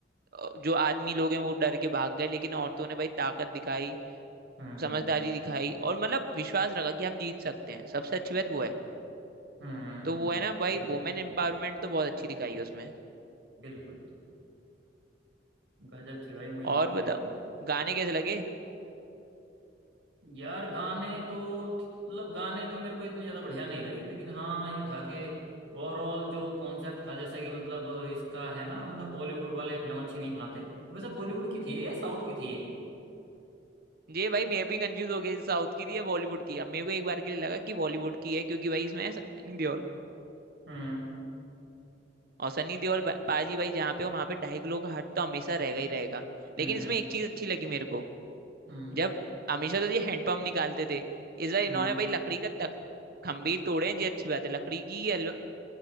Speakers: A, on the right; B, on the right.
A: अ, जो आदमी लोग हैं वो डर के भाग गए लेकिन औरतों ने भाई ताकत दिखाई
B: हम्म
A: समझदारी दिखाई और मतलब विश्वास रखा कि हम जीत सकते हैं सबसे अच्छी बात वो है
B: हम्म
A: तो वो है ना भाई
B: बिल्कुल
A: वुमेन
B: बिल्कुल
A: एम्पावरमेंट
B: बिल्कुल
A: तो बहुत अच्छी दिखाई है उसमें
B: बिल्कुल गजब थी भाई मूवी
A: और
B: वाकई
A: बताओ
B: बहुत
A: गाने कैसे लगे
B: यार गाने तो ठी- मतलब गाने तो मेरे को इतने ज्यादा बढ़िया नहीं लगे लेकिन हाँ ये था कि ओवरऑल जो कॉन्सेप्ट था जैसे कि मतलब इसका है ना मतलब बॉलीवुड वाले फिल्म अच्छी नहीं बनाते वैसे बॉलीवुड की थी ये साउथ की थी ये
A: ये भाई मैं भी कंफ्यूज हो गया साउथ की थी या बॉलीवुड की अब मेरे को एक बार के लिए लगा कि बॉलीवुड की है क्योंकि भाई इसमें है सनी देओल
B: हम्म
A: और सनी देओल बा- पाजी भाई जहाँ पे हो वहाँ पे ढाई किलो का हट तो हमेशा रहेगा ही रहेगा
B: हम्म
A: लेकिन इसमें एक चीज अच्छी लगी मेरे को
B: हम्म
A: जब हमेशा तो ये हैंडपंप निकालते थे इस बार
B: हम्म
A: इन्होंने भाई लकड़ी का तक खंभे तोड़े हैं ये अच्छी बात है लकड़ी की ये अल-